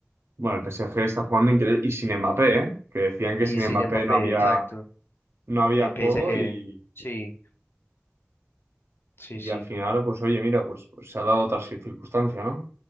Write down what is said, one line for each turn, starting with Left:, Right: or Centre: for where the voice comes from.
Right: Bueno, el PSG está jugando increíble y sin Mbappé, ¿eh? Que decían que
Left: Y
Right: sin
Left: sin
Right: Mbappé
Left: Mbappé,
Right: no había,
Left: exacto.
Right: no había
Left: eh,
Right: juego
Left: PSG,
Right: y,
Left: sí, sí,
Right: y
Left: sí.
Right: al final, pues oye, mira, pues, pues se ha dado otra circunstancia, ¿no?